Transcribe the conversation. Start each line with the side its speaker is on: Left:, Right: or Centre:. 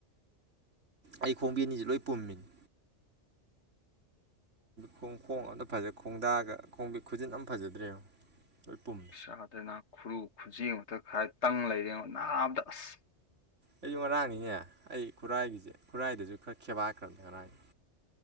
Right: ꯑꯩ ꯈꯣꯡꯕꯤ ꯑꯅꯤꯁꯤ ꯂꯣꯏ ꯄꯨꯝꯃꯤꯅꯤ ꯈꯣꯡ ꯈꯣꯡ ꯑꯝꯇ ꯐꯖꯩ ꯈꯣꯡꯗꯥꯑꯒ ꯈꯣꯡꯕꯤ ꯈꯨꯖꯤꯟ ꯑꯃ ꯐꯖꯗ꯭ꯔꯦ ꯂꯣꯏ ꯄꯨꯝ
Left: ꯆꯥꯗ꯭ꯔꯦꯅ ꯈꯨꯔꯨ ꯈꯨꯖꯤꯛ ꯃꯛꯇꯛ ꯈꯥꯏ ꯇꯪ ꯂꯩꯔꯦꯡꯉ ꯅꯥꯕꯗ ꯑꯁ
Right: ꯑꯩꯁꯨ ꯉꯔꯥꯡꯅꯤꯅꯦ ꯑꯩ ꯈꯨꯔꯥꯏꯒꯤꯁꯦ ꯈꯨꯔꯥꯏꯗꯁꯨ ꯈꯔ ꯈꯦꯕꯥꯈ꯭ꯔꯕꯅꯦ ꯉꯔꯥꯡꯅꯤ